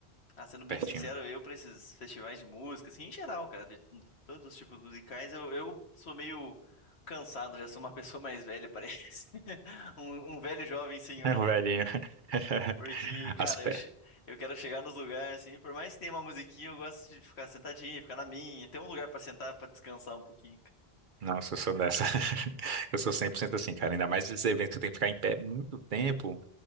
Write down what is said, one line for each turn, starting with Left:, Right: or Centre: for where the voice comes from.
Left: Ah, sendo bem
Right: pertinho.
Left: sincero, eu pra esses festivais de música, assim, em geral, cara, de todos os tipos musicais, eu, eu sou meio cansado, já sou uma <laughs> pessoa mais velha, parece. <laughs> Um, um velho jovem senhor,
Right: É um
Left: né?
Right: velhinho, <laughs>
Left: Porque, cara,
Right: as pé.
Left: eu, che- eu quero chegar nos lugares, assim, por mais que tenha uma musiquinha, eu gosto de ficar sentadinho, ficar na minha, ter um lugar pra sentar, pra descansar um pouquinho. cara.
Right: Nossa, eu sou dessa. <laughs> Eu sou 100% assim, cara. Ainda mais esses eventos que tem que ficar em pé muito tempo.